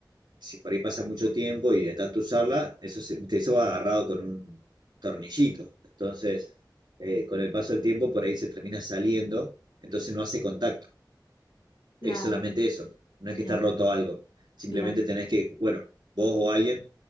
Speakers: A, on the right; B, on the left.
A: si por ahí pasa mucho tiempo y de tanto usarla, eso, se, eso va agarrado con un tornillito. Entonces, eh, con el paso del tiempo, por ahí se termina saliendo, entonces no hace contacto.
B: Claro.
A: es solamente eso. No es
B: Bien,
A: que está roto algo. Simplemente
B: bien.
A: tenés que, bueno, vos o alguien,